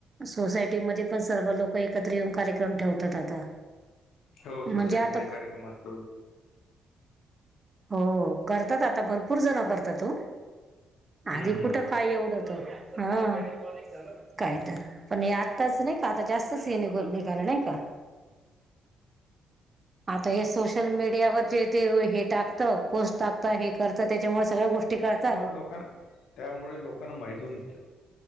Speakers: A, on the right (about 30°); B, on the left (about 75°).
A: सोसायटीमध्ये पण सर्व लोक एकत्र येऊन कार्यक्रम ठेवतात आता.
B: हो सोसायटी
A: म्हणजे आता
B: मध्ये कार्यक्रम असतो.
A: हो करतात आता भरपूर जण करतात त हो
B: हम्म
A: आधी
B: हम्म
A: कुठं काय एवढं होत हा. काय तर पण हे आत्ताच नाही का जास्तच निघाल नाही का? आता हे सोशल मीडियावर जे ते हे टाकतं पोस्ट टाकत हे करत त्याच्यामुळे सगळ्या गोष्टी कळतात.
B: लोकांना त्यामुळे लोकांना माहित होवुन गेलं.